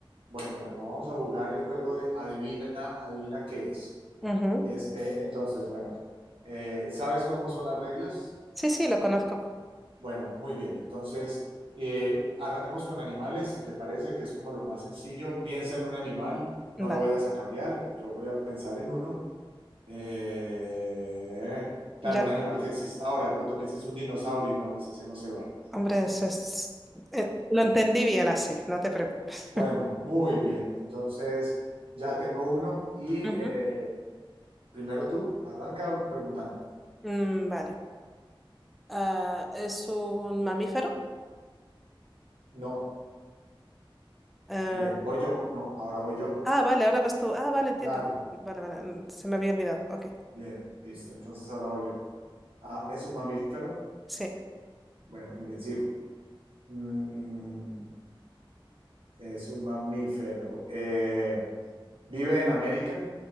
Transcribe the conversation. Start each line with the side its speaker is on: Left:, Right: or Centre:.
Right: Bueno, bueno, vamos a jugar el juego de adivina, adivina qué es.
Centre: Ujú.
Right: Este, entonces, bueno, eh, ¿sabes cómo son las reglas?
Centre: Sí, sí, lo conozco.
Right: Bueno, muy bien, entonces, eh, arranquemos con animales, si te parece que es como lo más sencillo, piensa en un animal, no lo
Centre: Vale,
Right: vayas a cambiar, yo voy a pensar en uno. Eh, claro,
Centre: ya,
Right: un animal que exista ahora. De pronto me dices un dinosaurio y no, pues ese no se vale.
Centre: hombre, es- es- eh, lo entendí bien así, no te preocupes.
Right: Bueno,
Centre: <laughs>
Right: muy bien. Entonces ya tengo uno y
Centre: Ujú.
Right: eh, primero tú, arranca preguntando.
Centre: Mm, vale. Ah, ¿es un mamífero?
Right: No,
Centre: Eh,
Right: bien, voy yo. No, ahora voy yo.
Centre: ah, vale, ahora vas tú. Ah, vale, entiendo.
Right: Claro,
Centre: Vale, vale, mm, se me había olvidado. Ok,
Right: bien, listo. Entonces ahora voy yo. Ah, ¿es un mamífero?
Centre: sí,
Right: Bueno, muy bien, sigo. Mm, es un mamífero. Eh, ¿vive en América?